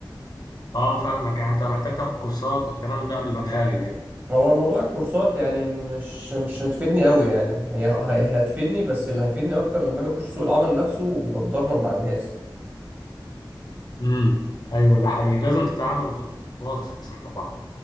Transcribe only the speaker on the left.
أه فاهمك يعني أنت محتاج تاخد كورسات والكلام ده قبل ما تهاجر يعني
امم ايوه ده حقيقي لازم تتعامل وتتواصل طبعا